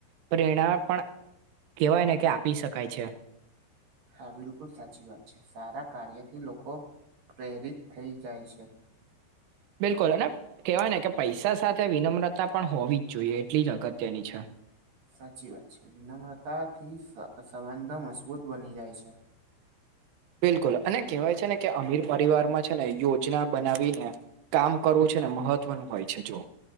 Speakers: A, on the right (about 85°); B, on the right (about 60°).
A: પ્રેરણા પણ કેહેવાય ને કે આપી શકાય છે.
B: હા બિલકુલ સાચી વાત છે, સારા કાર્યથી લોકો પ્રેરિત થઈ જાય છે.
A: બિલકુલ અને કેવાય ને કે પૈસા સાથે વિનમ્રતા પણ હોવી જ જોઈએ એટલી જ અગત્યની છે.
B: સાચી વાત છે, વિનમ્રતા થી સ સંબંધો મજબૂત બની જાય છે.
A: બિલકુલ અને કહેવાય છે, ને કે અમીર પરિવારમાં છે, ને યોજના બનાવીને કામ કરવું છે, ને મહત્વનું હોય છે, જો